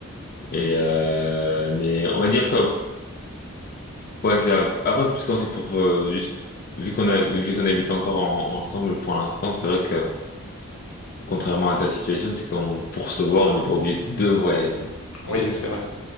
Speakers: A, on the left; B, on the left.
A: et euh, mais on va dire que Ouais, c'est grave. Après, parce qu'on c'est pour euh, juste vu qu'on a vu qu'on habite encore en- ensemble pour l'instant, c'est vrai que contrairement à ta situation, c'est qu'on pour se voir, on n'est pas obligé de voyager.
B: Oui,
A: Et,
B: c'est
A: euh,
B: vrai.